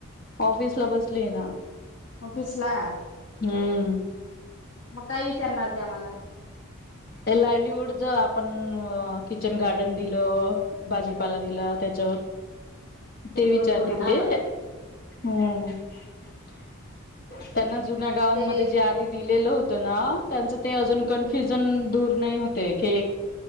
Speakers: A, on the left; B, on the left.
A: ऑफिसला ब ले ना
B: ऑफीसला
A: हूं
B: मग काय विचारणार ते आम्हाला
A: ते लायलीवूडच आपण किचन गार्डन दिलं भाजीपाला दिला त्याच्यावर
B: त्याच्यावर
A: ते विचारतील
B: बोलणार
A: ते
B: आता
A: हूं <inaudible> त्यांना जुन्या गावांमध्ये
B: ते
A: जे आधी दिलेल होत त्यांना त्यांच ते अजून कन्फ्युजन दूर नाही होत ये की